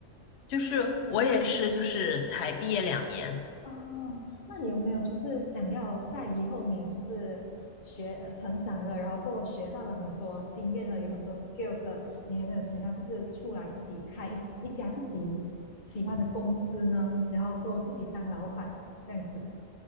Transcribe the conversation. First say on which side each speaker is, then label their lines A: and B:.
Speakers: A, on the left; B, on the left.
A: 就是我也是，就是才毕业两年，
B: 哦，那你有没有就是想要在以后你就是学呃成长了，然后过后学到了很多经验了，有很多 skills 了，你有没有想要就是出来自己开一一家自己喜欢的公司呢？然后过后自己当老板这样子？